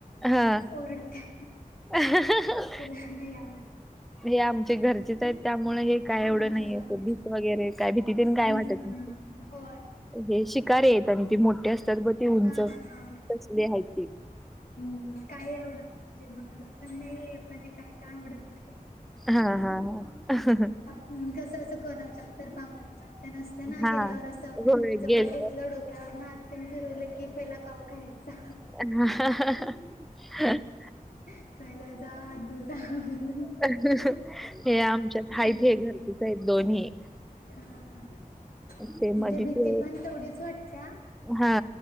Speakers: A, in the centre; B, on the left.
A: हा
B: ओरडत्या.
A: <unintelligible>
B: तीला नही <unintelligible>
A: हे आमचे घरचेच आहेत त्यामुळ, हे काय एवढं
B: हा हा
A: नाही असं भीत वगैरे. काय भीतीतिनं
B: हम्म
A: काय वाटतन
B: हम्म हम्म. होय.
A: हे शिकारी हेत आणी ते मोठे असतात बघ. ते उंच
B: हा हा
A: तसले आहेत ते
B: हूं काय एवढं. ते माझं पण नहीये पण ये काय, काय आवडत नाही.
A: हा हा हा!
B: अन कसं अस कोणाच्या तर पाहणा च्यात ते नसत ना,
A: हा
B: गेल्यावर
A: हा
B: अस
A: होय
B: जवळ
A: गेल्या
B: घेतलं डो क्या वरन हात पण फिरवलं की त्याला कावू खांयचा.
A: <unintelligible>
B: पहिला जा हात धुजा म्हण.
A: हे आमच्यात आहेत
B: हम्म
A: हे घरचेच आहेत दोन्ही.
B: हा हा म्हणजे
A: ते मधीच
B: भीती पण तेवढीच वाटत्या.
A: हा